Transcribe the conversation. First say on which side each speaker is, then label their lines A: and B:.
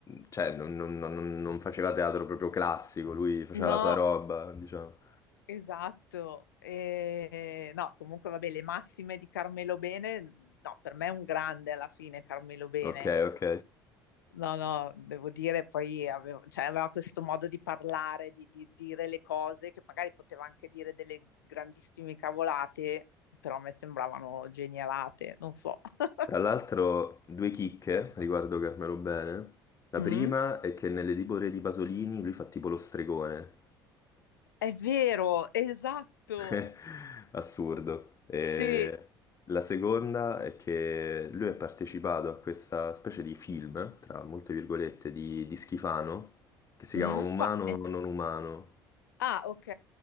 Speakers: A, on the left (about 30°); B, on the left (about 85°).
A: cioè, non, non- non- non faceva teatro proprio classico, lui faceva
B: No,
A: la sua roba, diciamo.
B: esatto. Ehm, no, comunque vabbè, le massime di Carmelo Bene, no, per me è un grande alla fine Carmelo Bene.
A: Ok, ok.
B: No, no, devo dire, poi avevo- cioè, aveva questo modo di parlare, di, di dire le cose, che magari poteva anche dire delle grandissime cavolate, però a me sembravano genialate, non so. <laughs>
A: Tra l'altro, due chicche riguardo Carmelo Bene. La
B: Mm?
A: prima è che nelle Dibore di Pasolini lui fa tipo lo stregone.
B: È vero, esatto.
A: <laughs> Assurdo. E
B: Sì,
A: la seconda è che lui è partecipato a questa specie di film, tra molte virgolette, di, di Schifano, che si
B: Mm,
A: chiama Umano
B: quale?
A: o non umano.
B: Ah, ok.